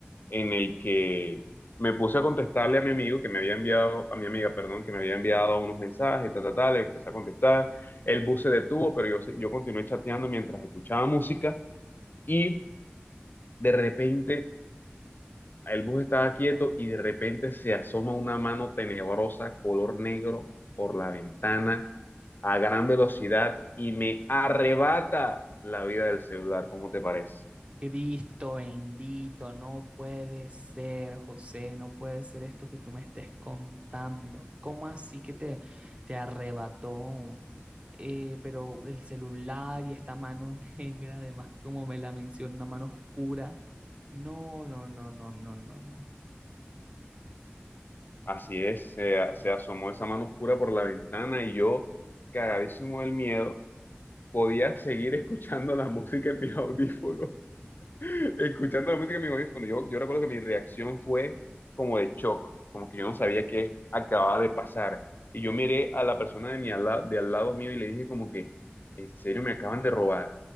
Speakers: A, on the left; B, on the right.
A: en el que me puse a contestarle a mi amigo que me había enviado, a mi amiga, perdón, que me había enviado unos mensajes, tal, tal, tal, le empecé a contestar, el bus se detuvo, pero yo, se- yo continué chateando mientras escuchaba música y de repente el bus estaba quieto y de repente se asoma una mano tenebrosa, color negro, por la ventana a gran velocidad y me arrebata la vida del celular. ¿Cómo te parece?
B: Cristo bendito, no puede ser, José, no puede ser esto que tú me estés contando. ¿Cómo así que te, te arrebató? eh, pero el celular y esta mano <laughs> negra, además, como me la menciona, una mano oscura. No, no, no, no, no, no, no.
A: Así es, se, se asomó esa mano oscura por la ventana y yo, cagadísimo del miedo, podía seguir <laughs> escuchando la música en mis audífonos Escuchando la música en mi audífono, yo, yo recuerdo que mi reacción fue como de shock, como que yo no sabía qué acababa de pasar. Y yo miré a la persona de, mi al la- de al lado mío y le dije como que, ¿en serio me acaban de robar?